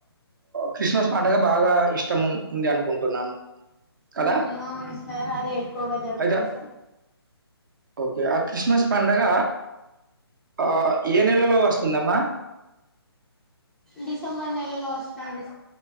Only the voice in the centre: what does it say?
ఉమ్ అవును సార్ అదే ఎక్కువగా జరుపుకుంటాం
డిసెంబర్ నెలలో వస్తుంది